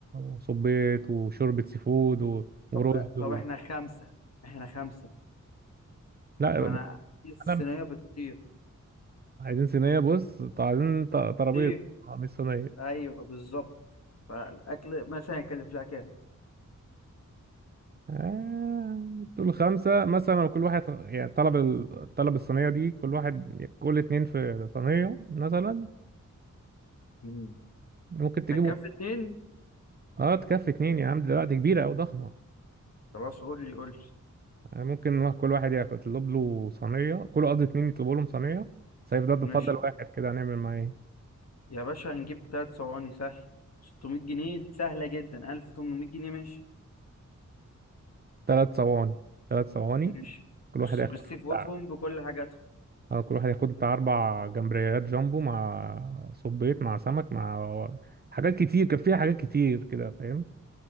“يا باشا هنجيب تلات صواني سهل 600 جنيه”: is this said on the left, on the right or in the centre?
Left